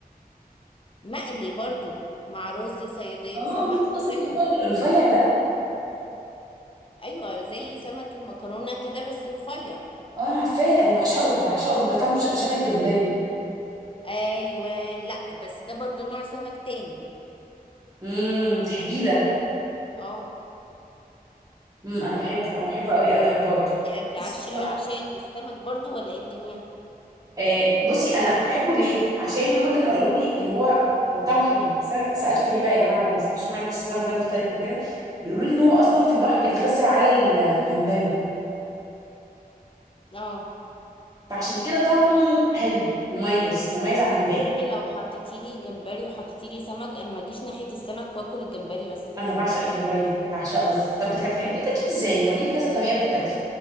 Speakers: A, on the left (about 35°); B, on the right (about 25°).
A: مقلي برضو مع رز صيادية
B: اه
A: سمك
B: وانت
A: وكده
B: قصدك اللي هو الرفيع ده
A: أيوة زي سمك المكرونة كده بس رفيع
B: اه انا عارفاه انا بعشقه بعشقه بيبقى طعمه ش- شبه الجمبري
A: أيوان لأ بس ده برضو نوع سمك تاني
B: امم تحبيه ده
A: اه
B: امم انا بحبه انا بحبه قوي قوي قوي برضه
A: دي
B: بحس
A: عش...
B: إن
A: عشية
B: هو-
A: السمك برضو ولا ايه الدنيا
B: آه بصي انا بحبه ليه عشان هما كانوا قالوا لي ان هو هو طعمه حلو بس انا سالت ليه بقى يا جماعه هو مش اشمعنى السمك ده مختلف وكده بيقولوا لي ان هو اصلا في البحر بيتغذى على الجمبري
A: اه
B: فعشان كده طعمه حلو مميز مميز عن الباقي
A: انت لو حطيتي لي جمبري وحطيتي لي سمك انا ما اجيش ناحية السمك واكل الجمبري بس
B: انا بعشق الجمبري بعشقه طب بتح- بتحبيه تاكليه ازاي هو ليه كذا طريقه مختلفه